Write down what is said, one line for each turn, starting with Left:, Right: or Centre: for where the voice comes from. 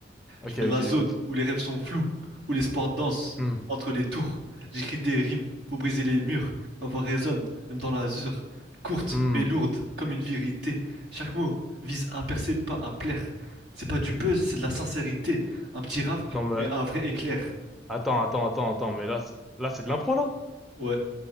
Centre: Ok,
Right: Je viens
Centre: ok,
Right: de la
Centre: j'écoute.
Right: zone où les rêves sont flous, où les sports dansent
Centre: Hmm,
Right: entre les tours. J'écris des rimes pour briser les murs. Ma voix résonne, même dans l'azur, courte
Centre: hmm.
Right: mais lourde comme une vérité. Chaque mot vise à percer, pas à plaire. C'est pas du buzz, c'est de la sincérité. Un petit rap,
Centre: Non, mais,
Right: mais un vrai éclair.
Centre: attends, attends, attends, attends, mais là, c'est, là, c'est de l'impro, là?
Right: Ouais,